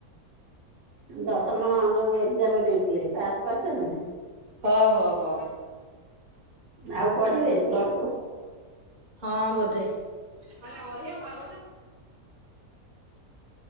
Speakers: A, on the right (about 65°); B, on the right (about 35°).
A: ଦଶମ ଯୋଉ ଏକ୍ଜାମ ଦେଇଥିଲେ ପାସ୍ କରିଛନ୍ତି ନା?
B: ହ ହ ହ
A: ଆଉ ପଢିବେ
B: ଦୁଇ
A: ପ୍ଲସ ଟୁ
B: ହଁ ବୋଧେ। ହ,